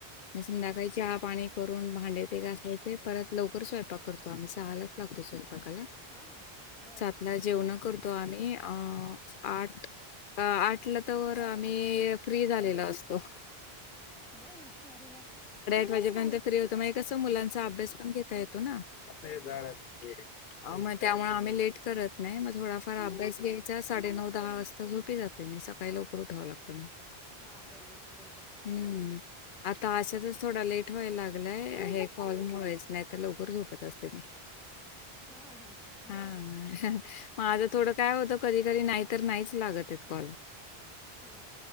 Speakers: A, on the left; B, in the centre.
A: मग संध्याकाळी
B: हा
A: चहा पाणी करून भांडे ते घासायचे, परत लवकर स्वयंक करतो आम्ही सहालाच लागतो स्वयं पाकाला,
B: हा बरं
A: सातला जेवणं करतो आम्ही अ अ आठ आठ उठल तवर आम्ही फ्री झालेलो असतो.
B: बर, अरे वा!
A: म्हणजे नंतर फ्री होतो, माह्य कस मुलांचा अभ्यास पण घेता येतो ना. <unintelligible>
B: हा बरोबर
A: आ म त्यामुळ आम्ही लेट करत नाही. मग थोडाफार अभ्यास घ्यायचा, साडे नऊ, दहा वाजता झोपी जात ते. मी सकाळीला लवकर उठाव लागतं म.
B: हा बरोबर बरोबर
A: हुम्म
B: हम्म
A: आता अशातच
B: हा
A: थोडा लेट व्हाय लाग लय हे कॉलमुळेच, नाही तर लवकर झोपत असते मी.
B: हा
A: हा
B: बर
A: हा, माझं
B: हा
A: थोडं काय होत कधी तरी नाहितर लागतच नाही तयेत काॅल
B: हा